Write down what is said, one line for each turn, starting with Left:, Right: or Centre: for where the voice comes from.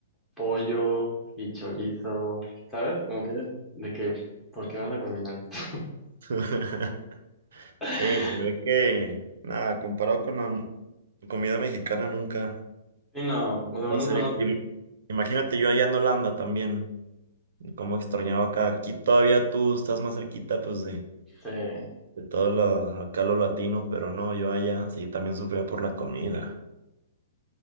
Centre: pollo y chorizo. ¿Sabes? Como que de que, ¿por qué vas a combinar esto?
Right: <laughs>
Centre: <laughs>
Right: Sí, se ve que, nada, comparado con la comida mexicana nunca
Centre: Sí, no,
Right: va
Centre: o sea, unos
Right: a ser.
Centre: buenos,
Right: im- Imagínate yo allá en Holanda también, cómo extrañaba acá. Aquí todavía tú estás más cerquita, pues, de,
Centre: se-
Right: de todo lo, acá lo latino, pero no, yo allá sí también sufría por la comida.